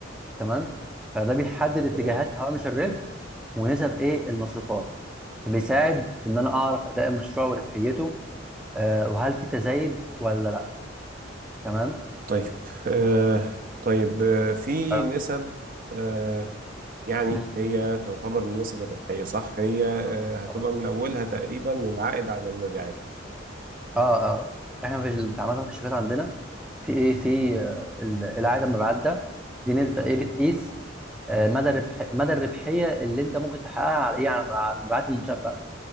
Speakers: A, in the centre; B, on the right.
A: تمام فده بيحدد اتجاهات
B: تمام
A: هوامش الربح ونسب ايه المصروفات فبيساعد في ان انا اعرف اداء المشروع وربحيته آه، وهل في تزايد ولا لا تمام
B: طيب آه طيب آه في
A: آه،
B: نسب آه يعني
A: مم.
B: هي تعتبر من النسب الربحيه صح هي آه
A: طبعا
B: هتبقى
A: طبعا
B: من اولها تقريبا العائد على المبيعات
A: اه اه احنا في ال- في عامه في الشركات عندنا في ايه في آه، ال- العائد المبعدة دي نسبه ايه بتقيس آه، مدى الربح مدى الربحيه اللي انت ممكن تحققها على ايه على على المبيعات المنشاه بتاعتك